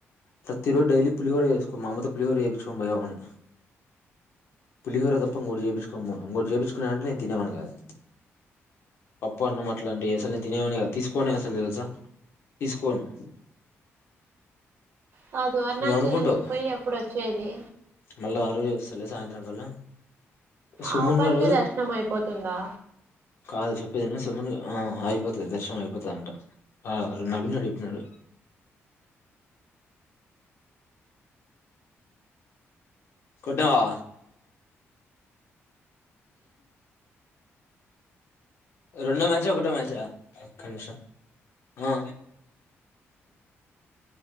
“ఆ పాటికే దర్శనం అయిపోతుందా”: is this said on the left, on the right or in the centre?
Right